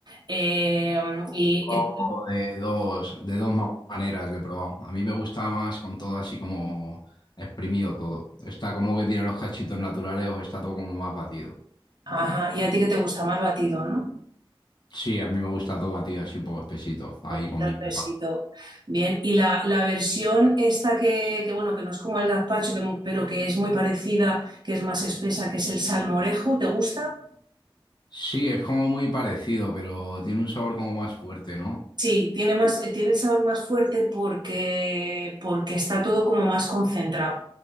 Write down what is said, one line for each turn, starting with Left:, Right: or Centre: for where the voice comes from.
Right: Eh, y,
Left: probado
Right: eh,
Left: De dos, de dos ma- maneras le he probado. A mí me gusta más con todo así como exprimido todo. Está como que tiene los cachitos naturales o está todo como más batido.
Right: ajá, y a ti que te gusta más batido, ¿no?
Left: Sí, a mí me gusta todo batido así un poco espesito, ahí
Right: un poquito
Left: con
Right: el
Left: vino
Right: pesito.
Left: de pan.
Right: Bien, y la, la versión esta que, que, bueno, que no es como el gazpacho, que mu- pero que es muy parecida, que es más espesa, que es el salmorejo, ¿te gusta?
Left: Sí, es como muy parecido, pero tiene un sabor como más fuerte, ¿no?
Right: Sí, tiene más, eh, tiene el sabor más fuerte porque, porque está todo como más concentrado,